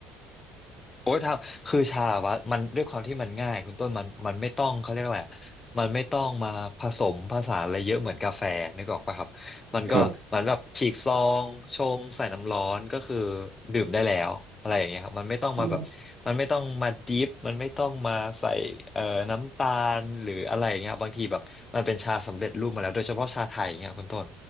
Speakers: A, on the left (about 25°); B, on the right (about 55°).
A: โอ้ยทำคือชาวะมันด้วยความที่มันง่ายคุณต้นมันมันไม่ต้องเขาเรียกอะไรอะมันไม่ต้องมาผสมผสานอะไรเยอะเหมือนกาแฟนึกออกปะครับมันก็มันแบบฉีกซองชงใส่น้ำร้อนก็คือ
B: ครับ
A: ดื่มได้แล้วอะไรอย่างเงี้ยครับมันไม่ต้องมาแบบมันไม่ต้องมาดิฟมันไม่ต้องมาใส่เอ่อน้ำตาลหรืออะไรอย่างเงี้ยบางทีแบบมันเป็นชาสำเร็จรูปมาแล้วโดยเฉพาะชาไทยอย่างเงี้ยคุณต้น
B: อ๋อ